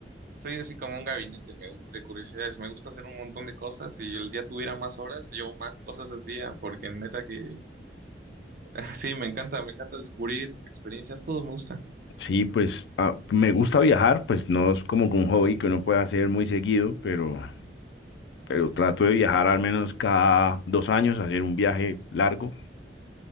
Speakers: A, on the right (about 55°); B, on the left (about 70°).
A: soy así como un gabinete me- de curiosidades, me gusta hacer un montón de cosas y el día tuviera más horas, yo más cosas hacía, porque neta que, <laughs> sí, me encanta, me encanta descubrir experiencias, todo me gusta.
B: Sí, pues ah, me gusta viajar, pues no es como que un hobby que uno puede hacer muy seguido, pero, pero trato de viajar al menos cada dos años, hacer un viaje largo.